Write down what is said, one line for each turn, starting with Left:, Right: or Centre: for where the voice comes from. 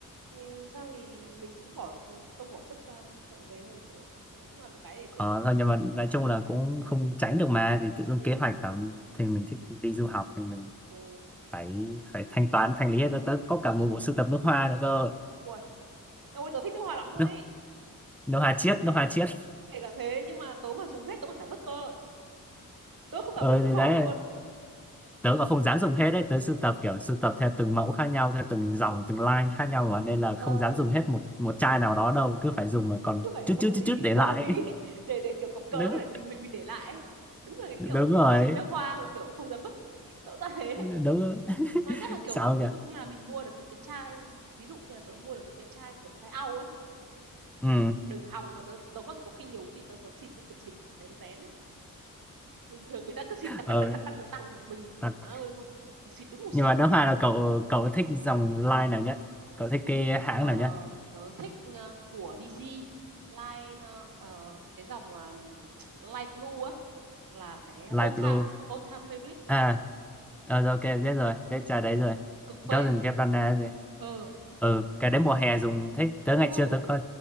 Right: vì dù sao thì mình cũng bỏ công bỏ sức ra mua tậu về thôi kiểu cũng là một cái để kiểu
Centre: Ờ, thôi nhưng mà nói chung là cũng không tránh được mà thì tự dưng
Right: ừ
Centre: kế hoạch là thì mình thích đi du học thì mình
Right: ừ.
Centre: phải phải thanh toán thanh lý hết tớ tớ có cả một bộ sưu tập nước hoa nữa cơ
Right: ôi ôi tớ thích nước hoa lắm luôn
Centre: nước
Right: ấy
Centre: nước hoa chiết nước hoa chiết
Right: kể cả thế nhưng mà tớ mà dùng hết tớ còn chả vứt cơ tớ không
Centre: ờ
Right: phải vứt
Centre: thì
Right: cái vỏ
Centre: đấy
Right: đi luôn
Centre: tớ còn không dám dùng hết đấy tớ sưu tập kiểu sưu tập theo từng mẫu khác nhau theo từng dòng từng line khác nhau mà nên là
Right: ờ
Centre: không dám dùng hết một một chai nào đó đâu cứ phải dùng mà còn
Right: cứ phải
Centre: chút
Right: cầm
Centre: chút
Right: một
Centre: chút
Right: tí
Centre: chút để
Right: cầm
Centre: lại
Right: một tí <laughs> để để kiểu có
Centre: <laughs>
Right: cớ
Centre: đúng
Right: để mình mình mình để lại ấy. đúng là cái
Centre: đúng
Right: kiểu
Centre: rồi
Right: ờ, xịt nước hoa kiểu không dám vứt tớ ra thế
Centre: đúng
Right: mà nhất là kiểu
Centre: sao kìa
Right: ví dụ như là mình mua được những cái chai ví dụ như là tớ mua được những cái chai kiểu chai au ấy
Centre: ừ.
Right: đừng hòng mà tớ tớ còn có khi nhiều khi tớ tớ xịt cái cửa xịt kiểu rén rén ấy bình thường người ta cứ xịt tăng
Centre: Ờ,
Right: tăng tăng tăng tăng tăng tăng mình thì
Centre: Đặc
Right: má ơi luôn xịt đúng một
Centre: nhưng
Right: xịt
Centre: mà nước hoa là cậu cậu thích dòng line nào nhất cậu thích cái hãng
Right: ờ,
Centre: nào nhất
Right: tớ thích ờ, của DG line ờ, ờ, cái dòng uh, light blue á là cái
Centre: light
Right: all
Centre: blue
Right: time all time favorite
Centre: à ờ, rồi, ok biết rồi biết trà đấy rồi
Right: cực
Centre: doesn't
Right: phê
Centre: get banana gì
Right: ờ
Centre: ừ cái đấy mùa hè dùng thích tới
Right: ừ
Centre: ngày xưa tôi có